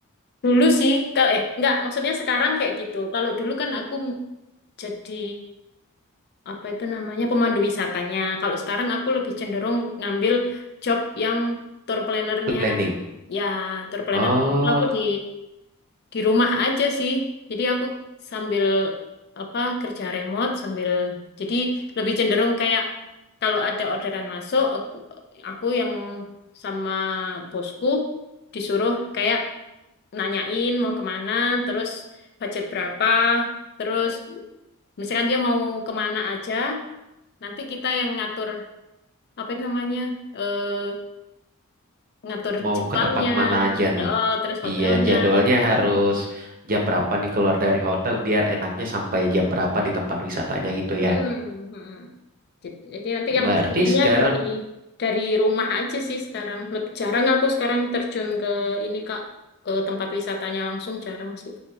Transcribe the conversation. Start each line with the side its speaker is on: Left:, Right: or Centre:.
Left: dulu sih, kalau eh enggak, maksudnya sekarang kayak gitu. Kalau dulu kan aku m- jadi apa itu namanya pemandu wisatanya. Kalau sekarang aku lebih cenderung ngambil job yang tour planner-nya
Right: planning
Left: Ya, tour planner
Right: Oh,
Left: itu aku di di rumah aja sih. Jadi aku sambil apa kerja remote sambil jadi lebih cenderung kayak kalau ada orderan masuk aku aku yang sama bosku disuruh kayak nanyain mau kemana, terus budget berapa, terus misalkan dia mau kemana aja, nanti kita yang ngatur apa itu namanya eh ngatur
Right: Mau
Left: jadwalnya,
Right: ke tempat mana aja nih?
Left: eh, terus hotelnya,
Right: Iya, jadwalnya
Left: ya kayak.
Right: harus jam berapa nih keluar dari hotel biar enaknya sampai jam berapa di tempat wisatanya gitu
Left: Mm-mm,
Right: ya.
Left: mm-mm. Jadi, jadi nanti yang
Right: Berarti
Left: istilahnya
Right: sekarang,
Left: dari dari rumah aja sih sekarang. Lebih jarang aku sekarang terjun ke ini Kak, ke tempat wisatanya langsung jarang sih.